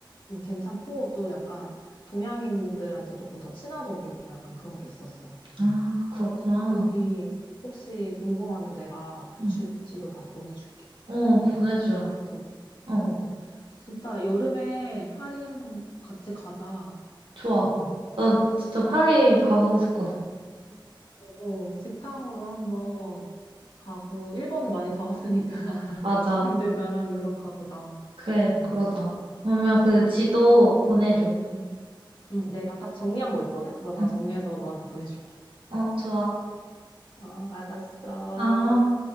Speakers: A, on the left (about 75°); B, on the right (about 85°).
A: 음, 괜찮고 또 약간 동양인들한테 조금 더 친화적이고 약간 그런 게 있었어.
B: 아,
A: 응.
B: 그렇구나.
A: 거기 혹시 궁금하면 내가 그
B: 응.
A: 지, 지도 다 보내줄게.
B: 어,
A: 거기
B: 보내주라.
A: 장소들.
B: 어,
A: 어, 어. 진짜 여름에 파리 한번 같이 가자.
B: 좋아.
A: <laughs>
B: 난 진짜 파리 가보고 싶거든.
A: 어, 어, 직항으로 한번 가고 일본은 많이 가봤으니까
B: 맞아.
A: <laughs> 이제 나랑 유럽 가보자.
B: 그래,
A: 응,
B: 그러자.
A: 응,
B: 그러면 그
A: 응,
B: 지도 보내줘.
A: 응. 응, 내가 딱 정리한 거 있거든. 그거 다
B: 응.
A: 정리해서 너한테 보내줄게.
B: 어, 좋아.
A: 어, 알았어.
B: 아.